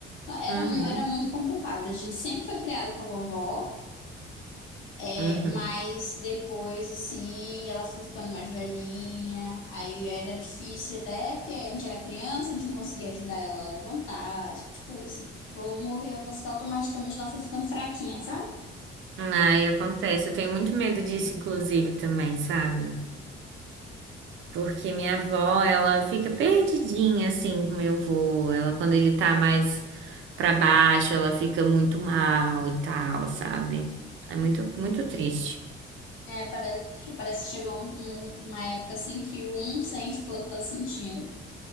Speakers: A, on the left; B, on the right.
A: Era,
B: Uhum,
A: mu- era muito complicado. A gente sempre foi criado com a vovó, é,
B: uhum.
A: mas depois, assim, ela foi ficando mais velhinha. Aí era difícil até porque a gente era criança, a gente não conseguia ajudar ela a levantar, esse tipo de coisa assim. Ou morreu, parece que automaticamente ela foi ficando fraquinha, sabe?
B: Ai, acontece. Eu tenho muito medo disso, inclusive, também, sabe? Porque minha avó, ela fica perdidinha assim com meu avô. Ela, quando ele tá mais pra baixo, ela fica muito mal e tal, sabe? É muito, muito triste.
A: É, parece, parece que chegou um- um- uma época assim que um sente o que o outro tá sentindo.